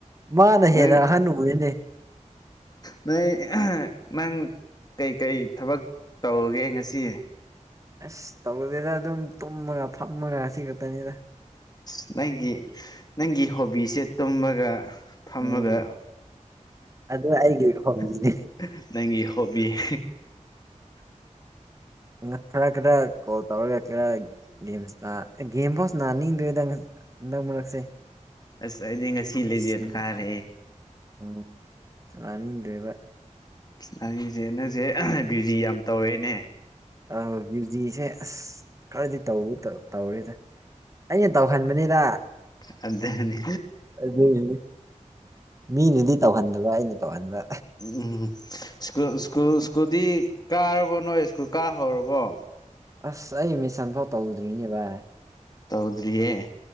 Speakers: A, on the right; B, on the left.
A: ꯃꯥꯅ
B: ꯅꯣꯏ
A: ꯍꯦꯟꯅ ꯑꯍꯟ ꯎꯔꯦꯅꯦ
B: ꯅꯣꯏ <unintelligible> ꯅꯪ ꯀꯩ ꯀꯩ ꯊꯕꯛ ꯇꯧꯒꯦ ꯉꯁꯤ
A: ꯑꯁ ꯇꯧꯗꯦꯗ ꯑꯗꯨꯝ ꯇꯨꯝꯃꯒ ꯐꯝꯃꯒ ꯑꯁꯤ ꯈꯛꯇꯅꯤꯗ
B: ꯑꯁ ꯅꯪꯒꯤ ꯅꯪꯒꯤ ꯍꯣꯕꯤꯁꯦ ꯇꯨꯝꯃꯒ ꯐꯝꯃꯒ
A: ꯎꯝ ꯑꯗꯨ ꯑꯩꯒꯤ ꯍꯣꯕꯤꯅꯦ
B: <unintelligible> ꯅꯪꯒꯤ ꯍꯣꯕꯤ <unintelligible>
A: ꯅꯪ ꯈꯔ ꯈꯔ ꯀꯣꯜ ꯇꯧꯔꯒ ꯈꯔ ꯒꯦꯝꯁꯥꯟꯅ ꯒꯦꯝꯐꯥꯎ ꯁꯥꯟꯅꯅꯤꯡꯗ꯭ꯔꯦꯗ ꯉ ꯍꯟꯗꯛ ꯃꯔꯛꯁꯦ
B: ꯑꯁ ꯑꯩꯗꯤ ꯉꯁꯤ ꯂꯤꯖꯦꯟ
A: ꯑꯁ ꯅꯨꯡꯉꯥꯏꯇꯦ
B: ꯀꯥꯔꯦꯍꯦ
A: ꯎꯝ ꯁꯥꯅꯅꯤꯡꯗ꯭ꯔꯦꯕ
B: ꯅꯪꯖꯦ ꯅꯪꯖꯦ <unintelligible> ꯕ꯭ꯌꯨꯖꯤ ꯌꯥꯝ ꯇꯧꯔꯦꯅꯦ
A: ꯑ ꯕ꯭ꯌꯨꯖꯤꯁꯦ ꯑꯁ ꯈꯔꯗꯤ ꯇꯧ ꯇꯧ ꯇꯧꯔꯦꯗ ꯑꯩꯅ ꯇꯧꯍꯟꯕꯅꯤꯗ
B: ꯑꯗꯨꯅꯤ
A: ꯑꯗꯨꯒꯤꯅꯤ ꯃꯤꯅꯗꯤ ꯇꯧꯍꯟꯗꯕ ꯑꯩꯅ ꯇꯧꯍꯟꯕ
B: ꯎꯝ ꯁ꯭ꯀꯨꯜ ꯁ꯭ꯀꯨꯜ ꯁ꯭ꯀꯨꯜꯗꯤ ꯀꯥꯔꯕꯣ ꯅꯣꯏ ꯁ꯭ꯀꯨꯜ ꯀꯥ ꯍꯧꯔꯕꯣ
A: ꯑꯁ ꯑꯩ ꯃꯤꯁꯟꯐꯥꯎ ꯇꯧꯗ꯭ꯔꯤꯅꯦ ꯕꯥꯢ
B: ꯇꯧꯗ꯭ꯔꯤꯌꯦ